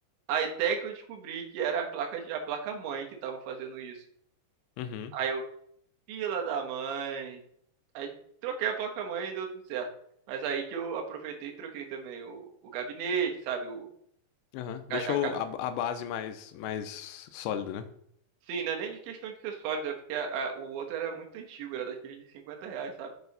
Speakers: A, on the right (about 85°); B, on the left (about 85°).
A: Aí até que eu descobri que era a placa de, a placa mãe que tava fazendo isso.
B: Uhum.
A: Aí eu, fila da mãe. Aí troquei a placa mãe e deu tudo certo. Mas aí que eu aproveitei e troquei também o, o gabinete, sabe? O,
B: Aham.
A: a,
B: Deixou
A: a,
B: a, a base mais, mais sólida, né?
A: Sim, não é nem de questão de ser sólida porque a- a- o outro era muito antigo, era daquele de cinquenta reais, sabe?